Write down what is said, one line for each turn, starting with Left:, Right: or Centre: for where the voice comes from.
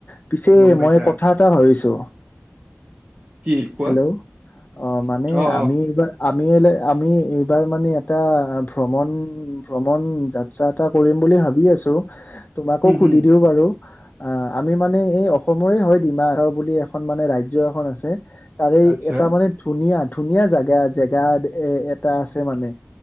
Left: পিছে
Right: গম পাইছা
Left: মই কথা এটা ভাবিছো
Right: কি কোৱা
Left: হেল্ল' অ মানে
Right: অ
Left: আমি
Right: অ
Left: এইবাৰ আমি এলে-আমি এইবাৰ মানে এটা ভ্ৰমণ-ভ্ৰমণ যাত্ৰা এটা কৰিম বুলি ভাবি আছোঁ তোমাকো
Right: হম
Left: সুধি
Right: হম
Left: দিও বাৰু আ আমি মানে এই অসমৰে হয় ডিমা হাৰাও বুলি এখন মানে ৰাজ্য এখন আছে তাৰে এই
Right: আচ্ছা
Left: এটা মানে ধুনীয়া ধুনীয়া জাগা-জেগা এ এটা আছে মানে